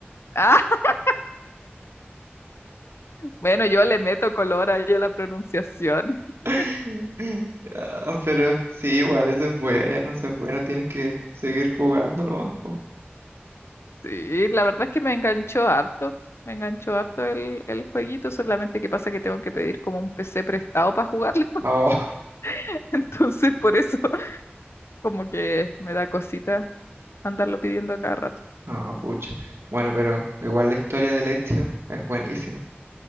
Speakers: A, on the left; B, on the right.
A: <laughs> Ah, bueno, yo le meto color a yo la pronunciación. <laughs>
B: <laughs> Ah, pero sí, igual, eso es bueno, eso es bueno. Tienes que seguir jugando nomás, po.
A: Sí, la verdad es que me enganchó harto, me enganchó harto el, el jueguito, solamente que pasa que tengo que pedir como un PC prestado para jugarlo,
B: Ah, Oh,
A: <laughs> entonces por eso <laughs> como que me da cosita andarlo pidiendo a cada rato.
B: <laughs> ah, pucha. Bueno, pero igual la historia del Ezio es buenísima.